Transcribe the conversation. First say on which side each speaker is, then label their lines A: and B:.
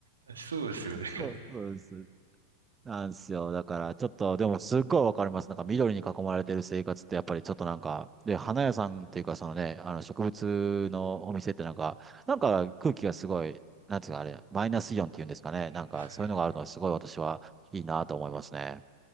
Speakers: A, on the right; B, on the right.
A: <laughs> そうですよね。
B: そうそうです。なんですよ。だから、ちょっと、でも、すっごいわかります。なんか、緑に囲まれてる生活って、やっぱりちょっとなんか、で、花屋さんっていうか、そのね、あの、植物のお店ってなんか、なんか空気がすごい、なんつうか、あれ、マイナスイオンっていうんですかね。
A: うん、
B: なんか、
A: ですかね。
B: そういうのがあるのは、すごい私はいいなと思いますね。